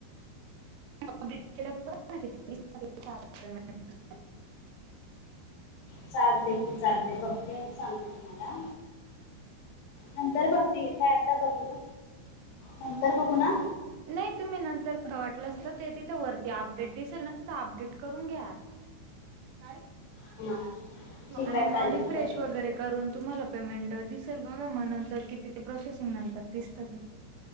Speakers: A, on the right; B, on the left.
A: कंप्लीट केल्यावर बघा ना किती दिसतय पेमेंट
B: चालतय की चालते बघते आणि सांगते तुम्हाला. नंतर बघते घे काय आता बघू नंतर बघू ना?
A: नाही तुम्ही नंतर वाटलंस तर ते तिथं वरती आपडेट दिसल ना तिथं आपडेट करून घ्या. काय?
B: हा ठीक
A: आणि
B: आहे
A: मग
B: चालेल
A: रिफ्रेश
B: करते
A: वगैरे करून, तुम्हाला पेमेंट दिसेल बघा म नंतर किती ते प्रोसेसिंग नंतर दिसतं ते.